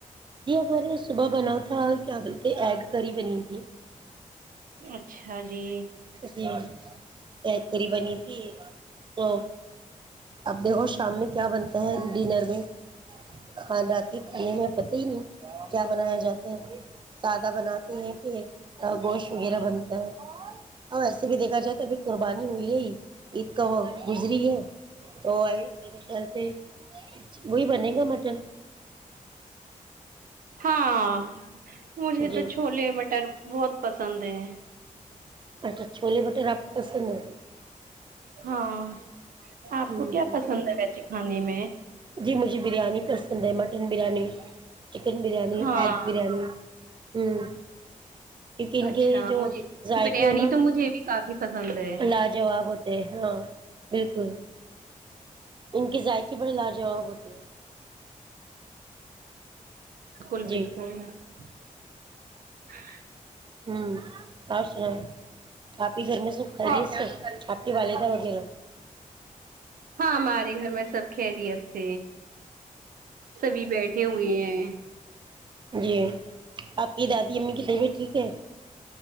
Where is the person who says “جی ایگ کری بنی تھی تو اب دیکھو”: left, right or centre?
Right